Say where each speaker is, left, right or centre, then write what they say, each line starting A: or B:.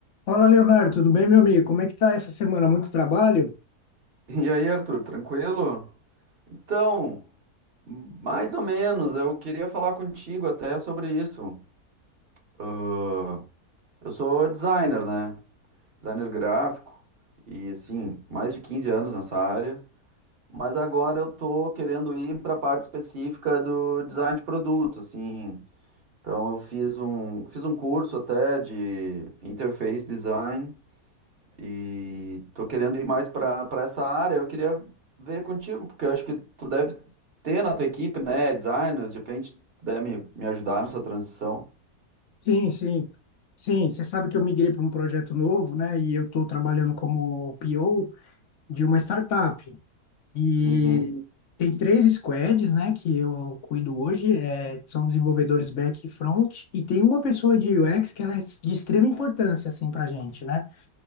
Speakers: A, on the left (about 55°); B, on the right (about 40°).
A: Fala, Leonardo, tudo bem, meu amigo? Como é que tá essa semana? Muito trabalho?
B: E aí, Arthur, tranquilo? Então, mais ou menos, eu queria falar contigo até sobre isso. Ah, eu sou designer, né? Designer gráfico e assim, mais de 15 anos nessa área, mas agora eu tô querendo ir para a parte específica do design de produto, assim. Então, eu fiz um, fiz um curso até de interface design E tô querendo ir mais para para essa área. Eu queria ver contigo, porque eu acho que tu deve ter na tua equipe, né, designers, de repente puder me, me ajudar nessa transição.
A: Sim, sim. Sim, você sabe que eu migrei para um projeto novo, né? E eu estou trabalhando como PO de uma startup. E
B: Uhum,
A: tem três squads, né, que eu cuido hoje, é, são desenvolvedores back e front, e tem uma pessoa de UX que ela é de extrema importância, assim, para gente, né?